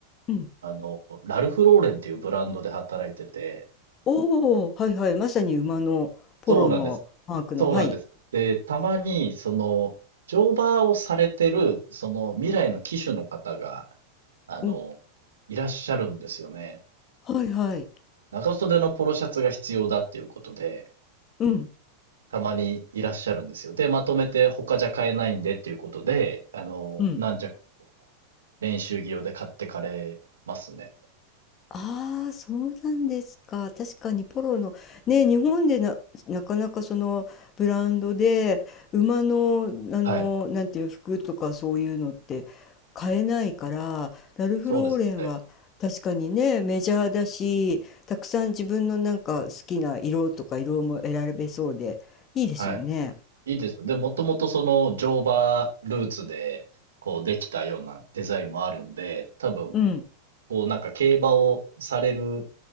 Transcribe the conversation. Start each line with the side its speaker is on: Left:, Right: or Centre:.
Left: うん
Right: あの、ラルフローレンっていうブランドで働いてて
Left: おお、はいはい、まさに馬のポロのマークの、
Right: そうなんです。そうなんです。
Left: はい。
Right: で、たまに、その、乗馬をされてる、その未来の騎手の方が、あの、
Left: お、
Right: いらっしゃるんですよね。
Left: はいはい。
Right: 長袖のポロシャツが必要だっていうことで、
Left: うん、
Right: たまにいらっしゃるんですよ。で、まとめて他じゃ買えないんでっていうことで、あの、
Left: うん。
Right: 何着、練習着用で買ってかれますね。
Left: ああ、そうなんですか。確かにポロの、ね、日本でな、なかなかそのブランドで馬の、あの、
Right: はい。
Left: なんていう服とかそういうのって買えないから、ラルフローレンは確かにね、
Right: そうですよね。
Left: メジャーだし、たくさん自分のなんか好きな色とか色も選べそうで、いいですよね。
Right: はい。いいですよ。で、もともとその乗馬ルーツで、こうできたようなデザインもあるんで、多分、
Left: うん、
Right: こうなんか競馬をされる